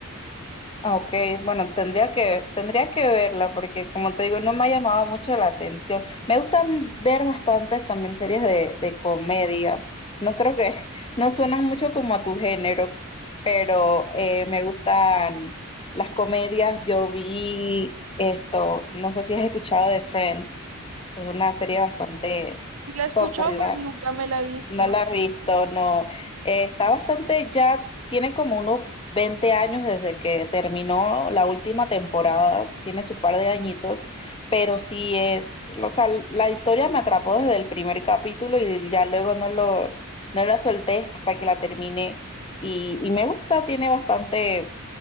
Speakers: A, on the left; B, on the right.
A: Ah, Ok, bueno, tendría que, tendría que verla porque como te digo, no me ha llamado mucho la atención. Me gusta ver bastantes también series de, de comedia. No creo que, <laughs> no suenan mucho como a tu género, pero eh, me gustan las comedias. Yo vi esto, no sé si has escuchado de Friends, es una serie bastante
B: La he escuchado,
A: popular.
B: pero nunca me la he visto.
A: No la he visto, no. Eh, está bastante, ya tiene como unos 20 años desde que terminó la última temporada, tiene sus par de añitos, pero sí es, o sea, la historia me atrapó desde el primer capítulo y ya luego no lo, no la solté hasta que la terminé. Y, y me gusta, tiene bastante,